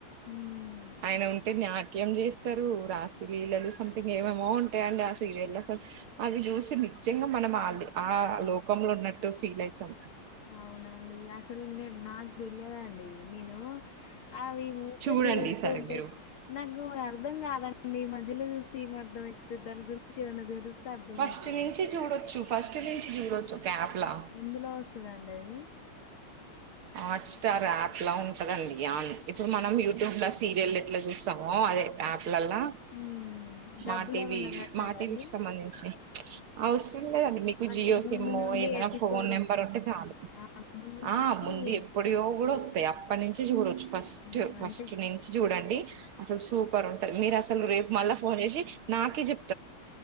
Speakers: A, on the left; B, on the right.
A: ఉమ్.
B: ఆయన ఉంటే జ్ఞా కి ఏం చేస్తారు రాసలీలలు సంథింగ్ ఏమేమో ఉంటాయిండి ఆ సీరియల్లో అసలు అవి చూసింది నిజంగా మనం ఆ ఆ లోకంలో ఉన్నట్టు ఫీల్ అయితం
A: అవునండి అసలు నేన్ నాకు తెలియదండి నేను ఆ ఈ ఊకే
B: చూడండి
A: చూస్తంటే
B: ఈసారి మీరు
A: నాకు ఇంగ అర్థం అర్థం కాదండి మధ్యలో చూసి ఏం అర్థం అయితుది దాని గురించి ఏమన్నా తెలిస్తే అర్థమైతుంది
B: ఫస్ట్ నుంచి చూడొచ్చు ఫస్ట్ నుంచి చూడొచ్చు ఒక యాప్ లా
A: ఎందులో వస్తదండి అది
B: హాట్ స్టార్ యాప్ లా ఉంటదండి యాన్ ఇప్పుడు మనం యూట్యూబ్ లో సీరియల్ ఎట్లా చూస్తామో అదే యాప్లల్లా
A: హ్మ్. డబ్బులేమన్నా
B: మా టీవీ
A: కట్టాలా
B: మా టీవీకి
A: అండి?
B: సంబంధించి అవసరం లేదండి మీకు
A: అంటే
B: జియో
A: ముందు
B: సిమ్ము
A: నుండి
B: ఏదైనా
A: ఎపిసోడ్
B: ఫోన్ నెంబర్ ఉంటే చాలు
A: ఆ! ముందు నుండి
B: ఆ ముందు ఎప్పుడియో కూడా వస్తాయి అప్పటి నుంచే చూడవచ్చు ఫస్ట్
A: హ్మ్.
B: ఫస్ట్
A: అంటే
B: నుంచి చూడండి అసలు సూ సూపర్ ఉంటది మీరు అసలు రేపు మళ్ళా ఫోన్ చేసి నాకే చెప్